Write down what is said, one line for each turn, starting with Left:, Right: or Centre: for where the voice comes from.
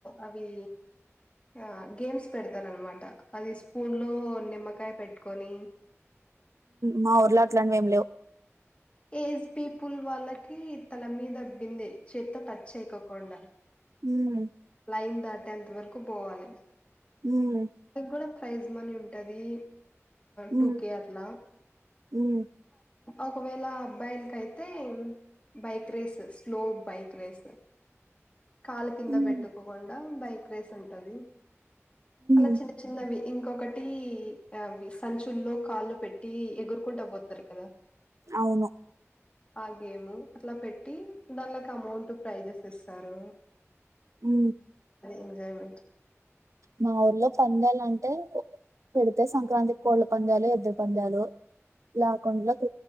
Left: అవి ఆ గేమ్స్ పెడతారు అనమాట అది స్పూన్ లో నిమ్మకాయ పెట్టుకొని
Right: మా ఊర్లా అట్లాంటి ఏమి లేవు
Left: ఏజ్ పీపుల్ వాళ్ళకి తల మీద బిందే చేత్తో టచ్ చేయకోకుండా
Right: మ్మ్
Left: లైన్ దాటేంత వరకు పోవాలి.
Right: ఉమ్
Left: దానికి కూడా ప్రైజ్ మనీ ఉంటది. టూ
Right: ఉమ్
Left: కే అట్లా
Right: ఉమ్
Left: ఒకవేళ అబ్బాయిలకయితే bike race slow bike race కాలు కింద
Right: ఉమ్
Left: పెట్టుకోకుండా బైక్ రేస్ ఉంటుంది. అలా
Right: ఉమ్
Left: చిన్న చిన్నవి ఇంకొకటి ఆవి సంచుల్లో కాళ్ళు పెట్టి ఎగురుకుంటా పోతారు కదా.
Right: అవును
Left: ఆ గేము అట్లా పెట్టి దానిలోకి అమౌంట్ ప్రైజెస్ ఇస్తారు.
Right: ఉ
Left: ఎంజాయ్మెంట్.
Right: మా ఊర్లో పందాలు అంటే పెడితే సంక్రాంతికి కోళ్ళ పందాలు ఎద్దు పందాలు లేకుండా. క